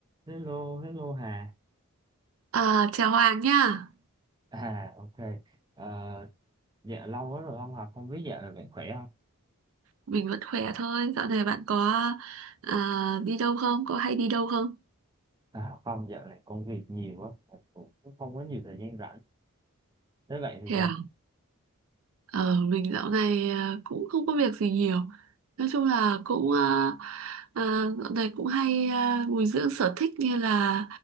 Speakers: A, on the right; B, on the right.
A: Hello, hello Hà.
B: À, chào Hoàng nha,
A: À, ok. Ờ, dạ lâu quá rồi không học, không biết dạo này bạn khỏe không?
B: mình vẫn khỏe thôi. Dạo này bạn có à, đi đâu không? Có hay đi đâu không?
A: À, không, dạo này công việc nhiều quá, mình cũng không có nhiều thời gian rảnh. Thế bạn thì
B: Thế
A: sao?
B: à? Ờ, mình dạo này à, cũng không có việc gì nhiều. Nói chung là cũng à, à, dạo này cũng hay à, bồi dưỡng sở thích như là